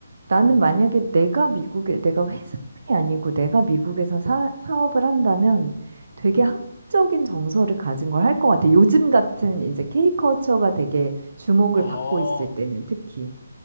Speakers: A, on the right; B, on the left.
A: 나는
B: 음,
A: 만약에 내가 미국에, 내가 회사원이 아니고 내가 미국에서 사, 사업을 한다면 되게
B: 음.
A: 한국적인 정서를 가진 걸 할 것 같아. 요즘 같은 이제 K컬처가 되게 주목을
B: 어,
A: 받고 있을 때는 특히.